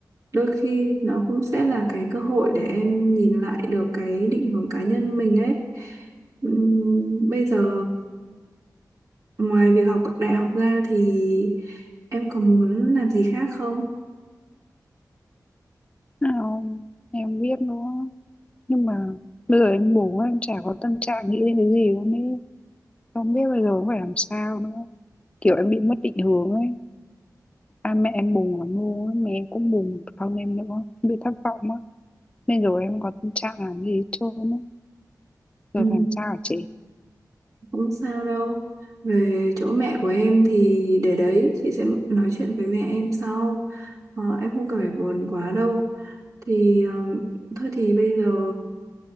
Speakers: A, on the right; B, on the left.
A: đôi khi nó cũng sẽ là cái cơ hội để em nhìn lại được cái định hướng cá nhân mình ấy Ừm, bây giờ ngoài việc học đại học ra thì em có muốn làm gì khác không?
B: Nào em biết nữa Nhưng mà bây giờ em buồn quá Em chả có tâm trạng nghĩ đến cái gì luôn ấy Không biết bây giờ phải làm sao nữa Kiểu em bị mất định hướng ấy À mẹ em buồn lắm luôn á Mẹ em cũng buồn thân em nữa Em bị thất vọng á Nên rồi em có tâm trạng làm gì hết trơn á Giờ
A: Ừ,
B: phải làm sao hả chị
A: không sao đâu. Về chỗ mẹ của em thì để đấy chị sẽ nói chuyện với mẹ em sau. Ờ, em không cần phải buồn quá đâu. thì um, thôi thì bây giờ